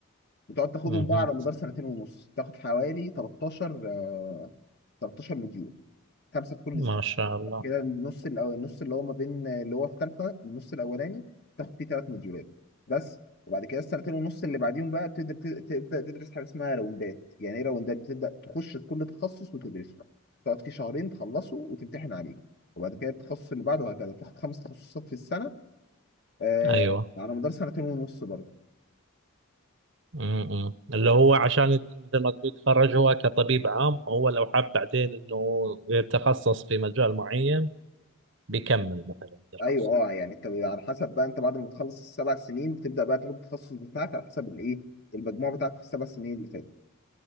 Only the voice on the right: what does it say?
مهم.
ما
شاء
الله
ايوه
مم. اللي هو عشان يت- مثل ما تقول يتخرج هو كطبيب عام هو لو حاب بعدين انه يتخصص في مجال معين بيكمل مثلا الدراسة